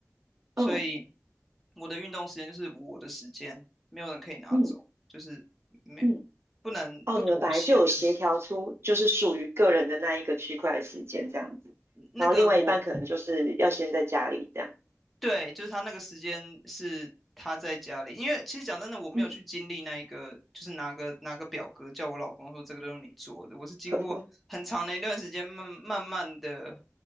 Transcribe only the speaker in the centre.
所以
我的运动时间就是我的时间，没有人可以拿走，
就是没
不能不妥协的。
那个我
对，就是他那个时间是他在家里，因为其实讲真的，我没有去经历那一个，
就是拿个拿个表格叫我老公说这个都是你做的，我是经过很长的一段时间，
慢慢慢的、